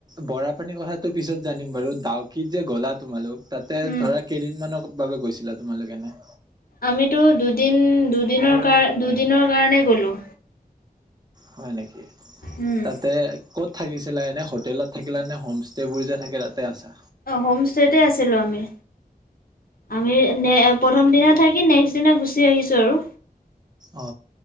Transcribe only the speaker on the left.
উম।
আমিতো দুদিন দুদিনৰ কাৰ দুদিনৰ কাৰণেই গ'লো
উম।
অ হোম ষ্টেতে আছিলো আমি আমি নে প্ৰথম দিনা থাকি নেক্স পাছদিনা গুচি আহিছো আৰু